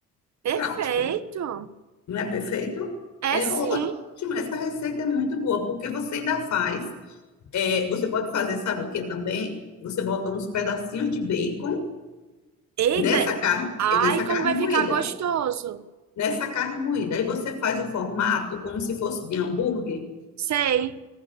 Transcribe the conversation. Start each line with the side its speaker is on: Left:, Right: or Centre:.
Right: perfeito.
Left: Prático. Não é perfeito?
Right: É
Left: É
Right: sim.
Left: ótimo. Essa receita é muito boa, porque você ainda faz É, você pode fazer, sabe o que também? Você bota uns pedacinhos de bacon
Right: Eita,
Left: nessa carne,
Right: ai,
Left: nessa
Right: como
Left: carne
Right: vai
Left: moída.
Right: ficar gostoso.
Left: Nessa carne moída. Aí você faz o formato como se fosse de hambúrguer.
Right: Sei.